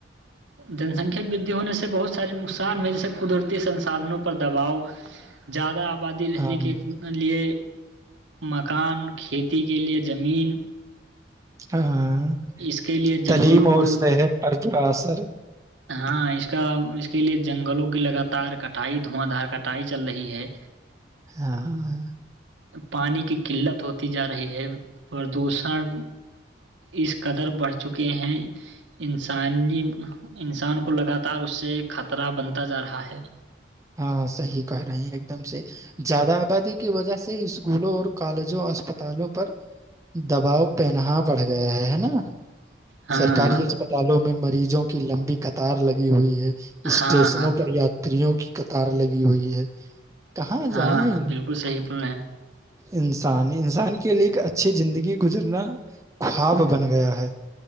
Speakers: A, on the right; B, on the right.
A: جن سنکھیا ودی ہونے سے بہت سار ن نقصان میں جیسے قدرتی سنسادھنوں پر دباؤ زیادہ آبادی رہنے
B: ہاں ہاں
A: کے لیے مکان کھیتی کے لیے زمین
B: ہاں
A: اس کے لیے
B: تعلیم
A: جنگلوں
B: اور
A: کو
B: صحت پر برا اثر
A: ہاں اس کا اس اس کے لیے جنگلوں کی لگاتار کٹائی دھواں دھار کٹائی چل رہی ہے
B: ہاں
A: پانی کی قلت ہوتی جا رہی ہے پردوشن اس قدر بڑھ چکے ہیں انسانی انسان کو لگاتار اس سے خطرہ بنتا جا رہا ہے
B: ہاں صحیح کہ رہے ہیں ایک دم سے زیادہ آبادی کی وجہ سے اس اسکولوں اور کالجوں اسپتالوں پر دباؤ پین بڑھ گیا ہے ہے نا
A: ہاں
B: سرکاری اسپتالوں میں مریضوں کی لمبی قطار لگ ہوئی ہے <unintelligible> اسٹیشنوں
A: ہاں ہاں
B: پر یاتریوں کی لگی ہوئی ہے کہاں
A: ہاں
B: جائیں
A: ہاں بالکل صحیح بول رہے ہیں
B: انسان انسان کے لیے ایک اچھی زندگی گزرنا خواب بن گیا ہے